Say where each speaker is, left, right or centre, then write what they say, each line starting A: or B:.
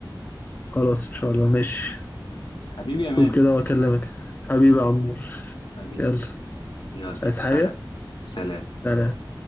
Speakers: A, on the left; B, on the left.
A: خلاص ان شاء الله ماشي
B: حبيبي يا مازن
A: شوف كده واكلمك حبيبي يا عمور
B: حبيبي
A: يلا
B: يلا
A: مش عايز
B: سلام
A: حاجة
B: سلام
A: سلام